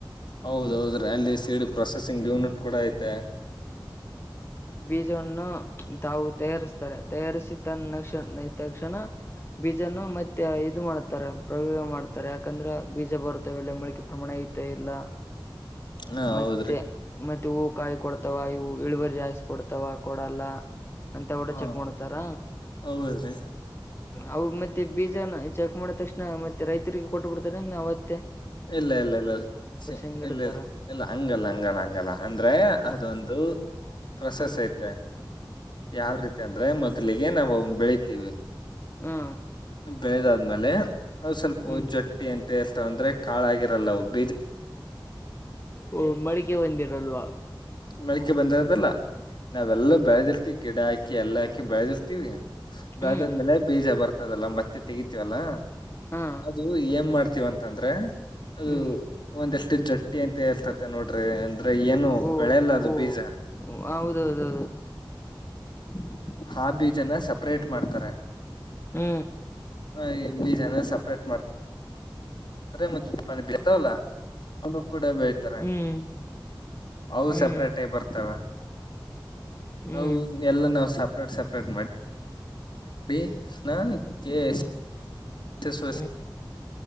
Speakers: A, on the left; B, on the left.
A: ಹೌದೌದ್ರೀ ಅಲ್ಲಿ ಸೀಡ್ ಪ್ರೊಸೆಸಿಂಗ್ ಯೂನಿಟ್ ಕೂಡ ಐತೆ
B: ಬಜವನ್ನು ತಾವು ತಯಾರಿಸ್ತಾರೆ ತಯಾರಿಸಿ ತನ್ನಕ್ಷ ತಕ್ಷಣ ಬೀಜವನ್ನು ಮತ್ತೆ ಇದು ಮಾಡ್ತಾರೆ ಪ್ರಯೋಗ ಮಾಡ್ತಾರೆ ಯಾಕಂದ್ರೆ ಬೀಜ ಬರುತ್ತವೆಲ್ಲ ಮಳಿಕೆ ಪ್ರಮಾಣ ಐತ ಇಲ್ಲ
A: ಹಾ
B: ಮತ್ತೆ
A: ಹೌದ್ರಿ
B: ಮತ್ತೆ ಹೂ ಕಾಯಿ ಕೊಡ ತವ ಇವು ಇಳುವರ್ ಜಾಯಸ್ ಕೊಡ್ತಾವ ಕೊಡಲ್ಲ ಅಂತ ಊಡ
A: ಹಾ
B: ಚೆಕ್ ಮಾಡತಾರ
A: ಹೌದ್ರಿ
B: ಅ ಮತ್ತೆ ಬೀಜನ ಚೆಕ್ ಮಾಡ ತಕ್ಷಣ ಮತ್ತೆ ರೈತರಿಗೆ ಕೊಟ್ಟ ಬಿಡ್ತಾರ ಅವತ್
A: ಇಲ್ಲ ಇಲ್ಲ ಇಲ್ಲ
B: ಹಿಂಗ್
A: ಇಲ್ಲ
B: ಇಡ್ತಾರ
A: ಇಲ್ಲ ಹಂಗಲ್ಲ ಹಂಗಲ್ಲ ಹಂಗಲ್ಲ ಅಂದ್ರೆ ಅದೊಂದು
B: ಹ
A: ಪ್ರೊಸೆಸ್
B: ಹಾ
A: ಐತೆ ಯಾವ ರೀತಿ ಅಂದ್ರೆ ಮ ಲಿಗೆ ನಾವು ಬೆಳಿತೀವಿ
B: ಹಾ
A: ಬೆಳೆದಾದ್ಮೇಲೆ ನಾವು ಸ್ವಲ್ಪ
B: ಹ್ಮ್
A: ಜೊಟ್ಟಿ ಅಂತೇಳ್ತಾವ ಅಂದ್ರೆ ಕಾಳಾಗಿರಲ್ಲ ಒಬ್
B: ಓ ಮಡಿಕೆ ಹೊಂದಿರಲ್ವಾ
A: ಮಳಿಕೆ ಬಂದಿರದಲ್ಲ. ನಾವೆಲ್ಲ ಬೆಳೆದಿರ್ತಿೀವಿ ಗಿಡ ಹಾಕಿ ಎಲ್ಲ ಹಾಕಿ ಬೆಳೆದಿರ್ತಿೀವಿ ಬೆಳದದ್ಮೇಲೆ
B: ಹ್ಮ್
A: ಬೀಜ ಬರುತ್ <unintelligible> ಮತ್ತೆ ತಗಿತಿವೀಅಲಾ
B: ಹಾ
A: ಅದು ಏನ್ ಮಾಡ್ತೀವಿ ಅಂತಂದ್ರೆ. ಅದು
B: ಹ್ಮ್
A: ಒಂದೆಷ್ಟು ಜಟ್ಟಿ ಅಂತ ಹೇಳ್ತತೆ ನೋಡ್ರಿ ಅಂದ್ರೆ ಏನು
B: ಓ
A: ಬೆಳೆಲ್ಲ ಅದು
B: ಓ
A: ಬೀಜ
B: ಹೌದೌದು <unintelligible>
A: ಹಾ ಬೀಜನ ಸಪ್ರೇಟ್ ಮಾಡ್ತಾರೆ
B: ಹ್ಮ್
A: ಹ ಬೀಜನ ಸಪ್ರೇಟ್ ಮಾಡ ಮು ಪಾನಿ ಇರ್ತಾವಲ್ಲ ಅವ ಕೂಡ ಬೆಳ್ತಾರೆ
B: ಹ್ಮ್
A: ಅವು
B: ಹ್ಮ್
A: ಸೆಪ್ರೇಟೇ ಬರ್ತವೆ
B: ಹ್ಮ್
A: ಅ ಎಲ್ಲ ನಾವ್ ಸಪ್ರೇಟ್ ಸಪ್ರೇಟ್ ಮಾಡಿ ಅಡಿ ನಾ ಕೆೇ ಎಸ್ <unintelligible>
B: ಹ್ಮ್